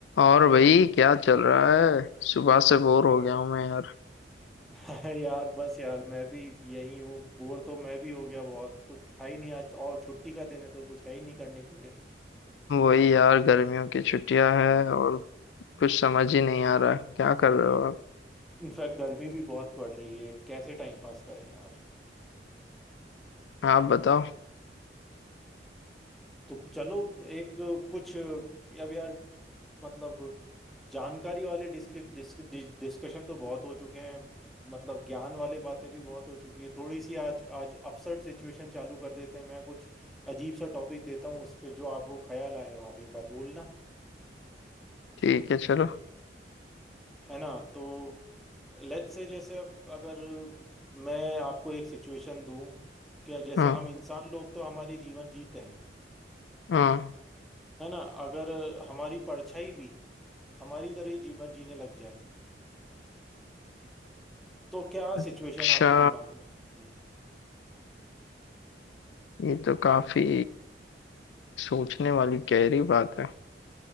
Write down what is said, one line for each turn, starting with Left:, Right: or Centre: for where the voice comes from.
Left: और भाई क्या चल रहा है सुबह से बोर हो गया हूँ मैं यार
Centre: <laughs> हाँ यार बस यार मैं भी यही हूँ बोर तो मैं भी हो गया बहुत कुछ था ही नहीं आज और छुट्टी का दिन है तो कुछ है ही नहीं करने के लिए
Left: वही यार गर्मियों की छुट्टियां हैं और कुछ समझ ही नहीं आ रहा है क्या कर रहे हो आप
Centre: इनफैक्ट गर्मी भी बहुत पड़ रही है कैसे टाइम पास करें यार
Left: आप बताओ
Centre: तो चलो एक कुछ अब यार मतलब जानकारी वाले डिस्क, डिस्क, डिस, डिस्कशन तो बहुत हो चुके हैं मतलब ज्ञान वाले बातें भी बहुत हो चुकी है थोड़ी सी आज आज अपसर्ड सिचुएशन चालू कर देते हैं मैं कुछ अजीब सा टॉपिक देता हूँ उस पे जो आपको ख्याल आए हो आप एक बार बोलना
Left: ठीक है चलो
Centre: है ना तो लेट्स से जैसे अब अगर मैं आपको एक सिचुएशन दूं कि जैसे
Left: हाँ
Centre: हम इंसान लोग तो हमारी जीवन जीते हैं
Left: हाँ
Centre: है ना अगर हमारी परछाई भी हमारी तरह ही जीवन जीने लग जाए तो क्या सिचुएशन
Left: अच्छा
Centre: आपके दिमाग में आती
Left: ये तो काफी सोचने वाली गहरी बात है <laughs>